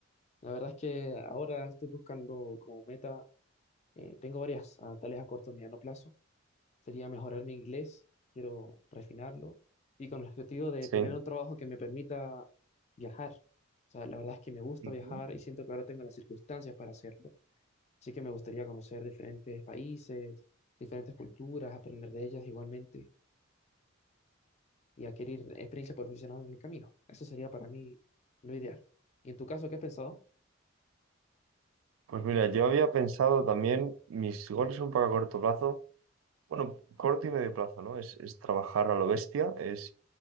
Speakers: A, on the left; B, on the right.
A: la verdad es que ahora estoy buscando como meta, eh, tengo varias, ah, tales a corto y mediano plazo. Sería mejorar mi inglés, quiero refinarlo y con el objetivo de
B: Sí.
A: tener un trabajo que me permita viajar. O sea, la verdad es que me gusta
B: Ujú.
A: viajar y siento que ahora tengo las circunstancias para hacerlo. Así que me gustaría conocer diferentes países, diferentes culturas, aprender de ellas igualmente. y adquirir experiencia profesional en el camino. Eso sería para mí lo ideal. ¿Y en tu caso, qué has pensado?
B: Pues mira, yo había pensado también, mis goles son para corto plazo, Bueno, corto y medio plazo, ¿no? Es, es trabajar a lo bestia, es